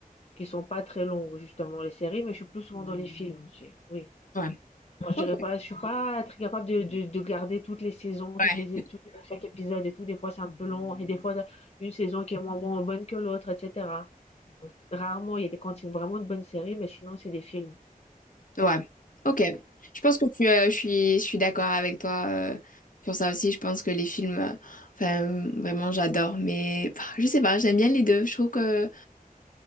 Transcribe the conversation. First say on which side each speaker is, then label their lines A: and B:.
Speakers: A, on the left; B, on the left.
A: qui sont pas très longues, justement, les séries, mais je suis plus souvent dans les films aussi. Oui.
B: Ouais.
A: Moi, je
B: Ok.
A: dirais pas, je suis pas très capable de, de, de garder toutes les saisons, toutes
B: Ouais.
A: les, toutes les- chaque épisode et tout. Des fois, c'est un peu long et des fois, une saison qui est moins bon- bonne que l'autre, etc. Donc, rarement, il y a des quand c'est vraiment une bonne série, mais sinon, c'est des films.
B: Ouais. Ok. Je pense que tu, euh, je suis, je suis d'accord avec toi euh, sur ça aussi. Je pense que les films, euh, enfin, vraiment, j'adore. Mais bah, je sais pas, j'aime bien les deux. Je trouve que